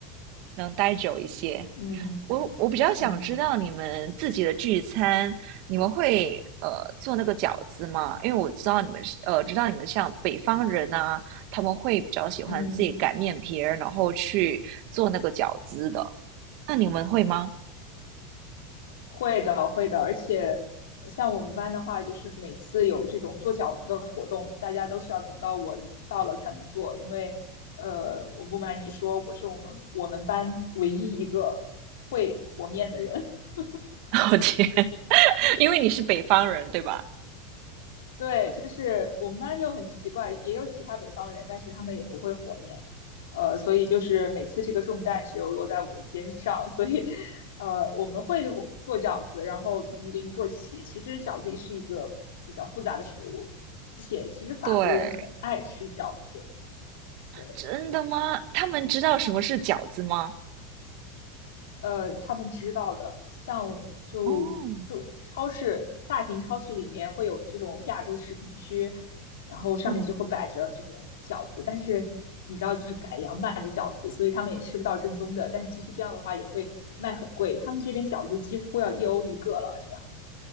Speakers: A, on the right (about 55°); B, on the left (about 85°).
A: 能待久一些。
B: 嗯
A: 我我比较想知道你们自己的聚餐，
B: 嗯
A: 你们会呃做那个饺子吗？因为我知道你们是呃知道你们像北方人啊，他们会比较喜欢自己擀面皮儿，
B: 嗯。
A: 然后去做那个饺子的。那你们会吗？
B: 会的，会的，而且呃像我们班的话，就是每次有这种做饺子的活动，大家都是要等到我到了才能做，因为呃，我不瞒你说，我是我们我们班唯一一个会和面的人。<laughs>
A: <laughs> 我天，因为你是北方人，对吧？
B: 对，就是我们班就很奇怪，也有其他北方人，但是他们也不会和面，呃，所以就是每次这个重担只有落在我的肩上，<laughs> 所以呃，我们会做饺子，然后从零做起。其实饺子也是一个比较复杂的食物。其实法国人很爱吃饺子，
A: 对，
B: 对，
A: 真的吗？他们知道什么是饺子吗？
B: 呃，他们知道的，像就就超市大型超市里面会有这种亚洲食品区，
A: 哦，
B: 然后上面就会摆着这种饺子，
A: 嗯，
B: 但是你知道就是改良版的饺子，所以他们也吃不到正宗的，但即使这样的话也会卖很贵，他们这边饺子几乎要一欧一个了，这样，